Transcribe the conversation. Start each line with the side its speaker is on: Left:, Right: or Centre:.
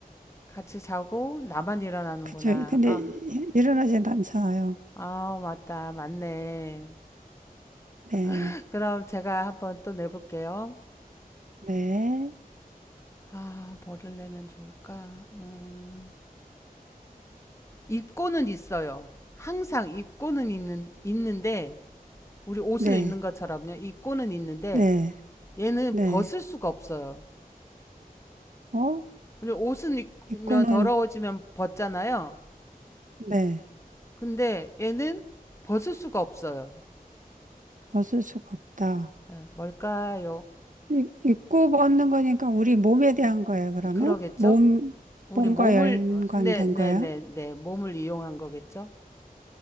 Left: 같이 자고 나만 일어나는구나.
Right: 그쵸. 근데
Left: 아.
Right: 이- 일어나진 않잖아요.
Left: 아, 맞다. 맞네.
Right: 네,
Left: <laughs> 그럼 제가 한번 또 내볼게요.
Right: 네,
Left: 아, 뭐를 내면 좋을까? 음, 입고는 있어요. 항상 입고는 있는, 있는데, 우리 옷을
Right: 네,
Left: 입는 것처럼요. 입고는 있는데,
Right: 네,
Left: 얘는
Right: 네.
Left: 벗을 수가 없어요.
Right: 어?
Left: 우리 옷은 입으면
Right: 입고는,
Left: 더러워지면 벗잖아요.
Right: 네,
Left: 근데 얘는 벗을 수가 없어요.
Right: 벗을 수가 없다.
Left: 예, 뭘까요?
Right: 이- 입고 벗는 거니까 우리 몸에 대한 거예요, 그러면?
Left: 그러겠죠?
Right: 몸,
Left: 우리
Right: 몸과
Left: 몸을,
Right: 연관된
Left: 네, 네,
Right: 거예요?
Left: 네, 네. 몸을 이용한 거겠죠?